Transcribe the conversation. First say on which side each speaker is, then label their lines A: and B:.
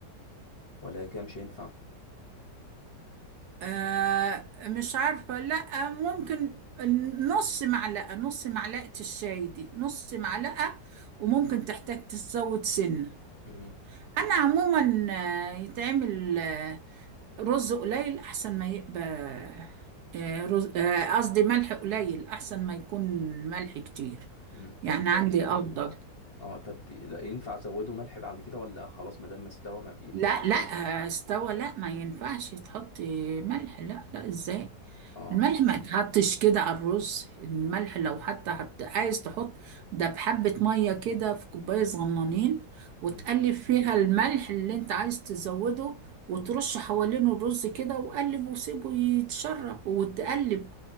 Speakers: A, on the left; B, on the right.
A: ولا كده مش هينفع
B: آه مش عارفة لأ ممكن نص معلقة نص معلقة الشاي دي نص معلقة وممكن تحتاج تزود سنة
A: مم.
B: أنا عموما آه، يتعمل آه، رز قليل احسن ما يبقى آه، رز آه، قصدي ملح قليل احسن ما يكون ملح كتير
A: مم. طب
B: يعني
A: لا-
B: عندي ليه افضل
A: اه طب لا ينفع ازوده ملح بعد كده ولا خلاص ما دام ما استوى ما بينفعش
B: لا لا
A: تاني؟
B: آه، استوى لا ما ينفعش تحطي ملح لا لا ازاي
A: اه
B: الملح ما يتحطش كده على الرز الملح لو حتى حت... عايز تحط ده بحبة مية كده في كوباية صغنانين وتقلب
A: مم.
B: فيها الملح اللي انت عايز تزوده وترش حوالينه الرز كده وقلب وسيبه يتشرب وتقلب